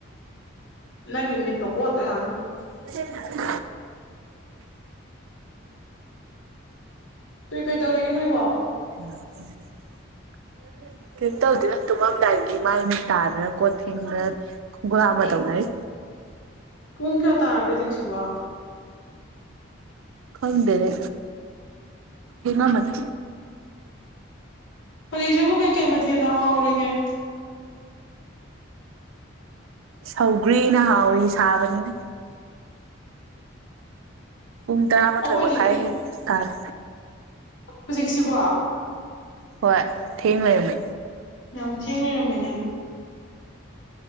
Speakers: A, on the left; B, on the right.
A: ꯅꯪꯒꯤ ꯃꯤꯠꯇꯣ ꯀꯣꯠꯇ ꯌꯤꯔꯔꯣꯏ
B: ꯑꯗꯨ <unintelligible>
A: ꯀꯩꯀꯩ ꯇꯧꯔꯤꯒꯦ ꯅꯣꯏꯕꯣ
B: ꯎ <unintelligible>
A: <inaudible>
B: ꯀꯩꯝ ꯇꯧꯗꯦꯗ ꯇꯨꯝꯃꯝꯗꯥꯏꯒꯤ ꯃꯥꯏ ꯃꯤ ꯇꯥꯗꯅ ꯀꯣꯟ ꯐꯦꯡꯗꯅ ꯈꯣꯡꯈꯨꯠ ꯍꯥꯝꯗꯅ ꯇꯧꯅꯔꯤ
A: ꯄꯨꯡ ꯀꯌꯥ ꯇꯥꯔꯒꯦ ꯍꯧꯖꯤꯛꯁꯤꯕꯣ
B: ꯈꯗꯦꯅꯦ ꯊꯦꯡꯉꯝꯃꯅꯤ
A: ꯍꯧꯖꯤꯛꯁꯤꯕꯨ ꯀꯩꯀꯩ ꯃꯊꯦꯟꯅ ꯍꯥꯎꯔꯤꯒꯦ
B: ꯁꯧꯒ꯭ꯔꯤꯅ ꯍꯥꯎꯔꯤ ꯁꯥꯕꯅꯤꯅ ꯄꯨꯡ ꯇꯔꯥꯃꯥꯊꯣꯏ
A: ꯑꯩꯈꯣꯏꯗꯤ
B: ꯃꯈꯥꯏ ꯍꯦꯟ ꯇꯥꯔꯦ
A: ꯍꯧꯖꯤꯛꯁꯤꯕꯣ
B: ꯍꯣꯏ ꯊꯦꯡ ꯂꯩꯔꯝꯃꯦ
A: ꯌꯥꯝ ꯊꯦꯡ ꯂꯩꯔꯝꯃꯦꯅꯦ